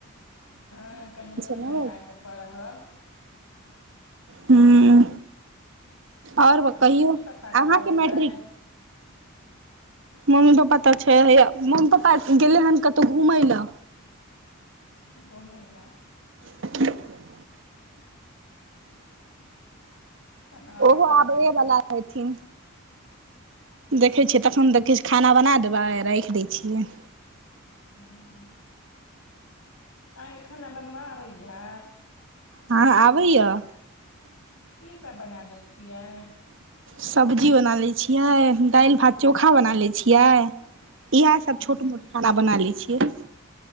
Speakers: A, on the left; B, on the right.
A: हँ, कनि मोन
B: ने ओ
A: लगाकऽ पढ़ब।
B: हुं आओर बताइयो
A: आ मम्मी पप्पा
B: अहाँके
A: कतऽ छथि
B: मैट्रिक मम्मी पप्पा तऽ छै हया मम्मी पप्पा गेले हन कतहु घुमय लए
A: गोमे ला
B: <unintelligible>
A: तहन आओर
B: ओहो
A: सब
B: आबैए
A: कहियौ
B: वला हेथिन देखै छियै तखन तऽ किछु खाना बना देबै राइख दै छियै।
A: हू। अहाँके खाना बनबऽ आबैया।
B: हँ आबै य।
A: की सब बना लै छियै,
B: सब्जी बना लै छियै, दाइल भात चोखा बना लै छियै। इएह सब
A: हूँ
B: छोट
A: हूँ
B: मोट खाना बना लै छियै,